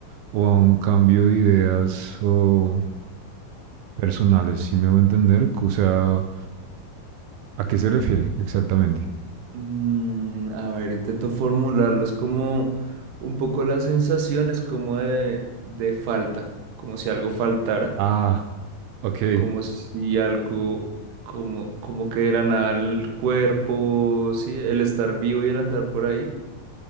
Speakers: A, on the right (about 85°); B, on the right (about 70°).
A: o a un cambio de ideas o personales? ¿Sí me hago entender? O sea, ¿a qué se refiere exactamente?
B: Mm, a ver, intento formularlos como un poco las sensaciones como de, de falta, como si algo faltara,
A: Ah, Ok,
B: como si algo, como, como que de la nada el cuerpo, sí, el estar vivo y el andar por ahí.